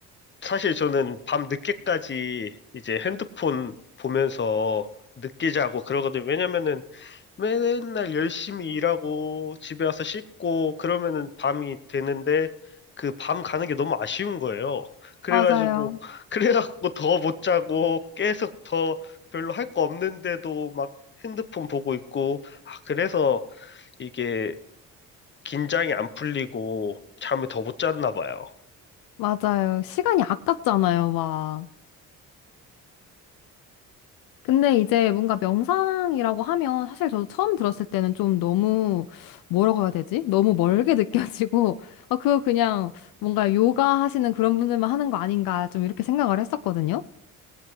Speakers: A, on the left; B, on the left.
A: 사실 저는 밤 늦게까지 이제 핸드폰 보면서 늦게 자고 그러거든요. 왜냐면은 맨날 열심히 일하고 집에 와서 씻고 그러면은 밤이 되는데 그 밤 가는 게 너무 아쉬운 거예요. 그래가지고
B: 맞아요.
A: <laughs> 그래갖고 더 못 자고 계속 더 별로 할 거 없는데도 막 핸드폰 보고 있고 아, 그래서 이게 긴장이 안 풀리고 잠을 더 못 잤나 봐요.
B: 맞아요. 시간이 아깝잖아요, 막. 근데 이제 뭔가 명상이라고 하면 사실 저도 처음 들었을 때는 좀 너무 뭐라고 해야 되지? 너무 멀게 <laughs> 느껴지고 아 그거 그냥 뭔가 요가 하시는 그런 분들만 하는 거 아닌가 좀 이렇게 생각을 했었거든요.